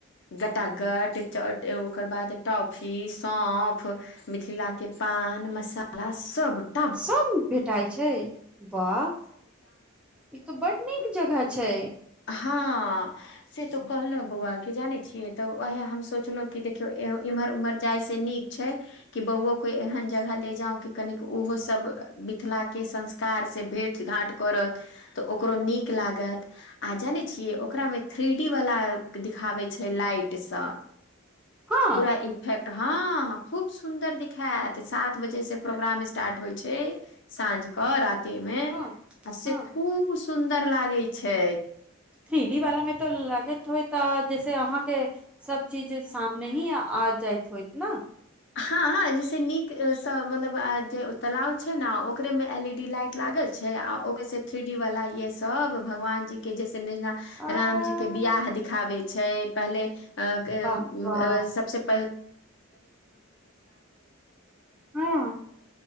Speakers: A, on the left; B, in the centre.
A: गटागट ओकर बाद टॉफी सौप मिथिला के पान मसाला सब <inaudible>
B: सब भेटाइ छै वाह ई तऽ बड नीक जगह छै
A: हँ से तो कहलहु बौआ की जाने छियै तऽ वएहे हम सोचलों क देखियो इम्हर उम्हर। जाइ से नीक छै। कि बौओ कोइ एहन जगह ले जाउ कि कनिक ओहो सब मिथिला के संस कार से भेट घाँट करत तऽ ओकरो नीक लागत आ जाने छियै ओकरा मे थ्री डी वाला दिखाबे छै लाइट सब
B: हँ
A: पूरा इफेक्ट। हँ खूब सुन्दर दिायत सात बजेसँ प्रोग्राम स्टार्ट होइ छै। साँझ कऽ राति मे
B: हँ
A: से
B: हँ
A: खूब सुन्दर लागैत छै
B: थ्री डी वाला मे तऽ लगैत होय त जैसे अहाँके। सब चीज सामने ही आ जाइत होइत ने।
A: हँ जैस नीक सँ मतलब जे तलाब छै ने ओकरे मे एल ई डी लाइट लागल छै आ ओकर से थ्री डी वाला ये सब भगवान जी के जैसे
B: अच्छा
A: रामजी के बियाह दिखाबै छै पहिले अ
B: वाह वाह
A: <unintelligible>
B: हँ